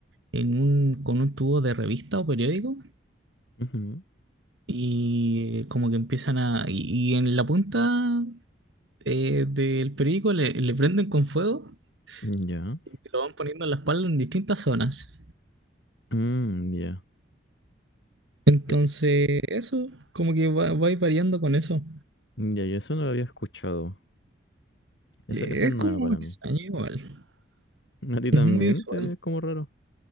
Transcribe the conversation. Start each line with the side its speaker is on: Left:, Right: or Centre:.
Right: en un, con un tubo de revista o periódico
Left: ujú,
Right: y eh, como que empiezan a... Y, y en la punta eh, del periódico le, le prenden con fuego
Left: Ya.
Right: y te lo van poniendo en la espalda en distintas zonas.
Left: mm, ya.
Right: Entonces,
Left: Ya,
Right: eso, como que va, va a ir variando con eso.
Left: ya, yo eso no lo había escuchado. Esa,
Right: Eh,
Left: esa es
Right: Es
Left: nueva
Right: como
Left: para
Right: extraño
Left: mí.
Right: igual, <laughs>
Left: <laughs> A ti también
Right: no es muy usual.
Left: te es como raro.